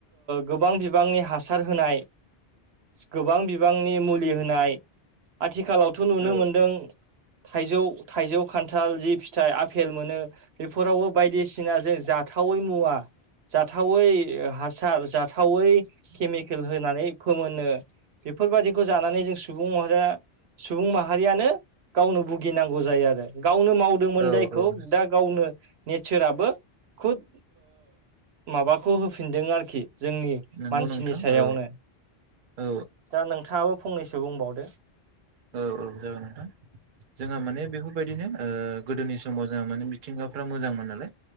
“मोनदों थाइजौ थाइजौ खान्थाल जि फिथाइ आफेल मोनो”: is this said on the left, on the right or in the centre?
Right